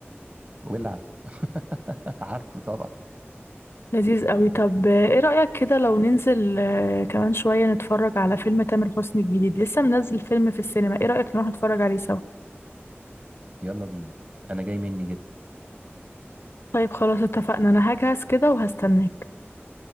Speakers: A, on the right; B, on the left.
A: ولع <laughs> عارفه طبعا
B: لذيذ قوي طب آه، ايه رايك كده لو ننزل آه، كمان شويه نتفرج على فيلم تامر حسني الجديد لسه منزل فيلم في السينما ايه رايك نروح نتفرج عليه سوا
A: يلا بينا انا جاي مني جدا
B: طيب خلاص اتفقنا انا هجهز كده وهستناك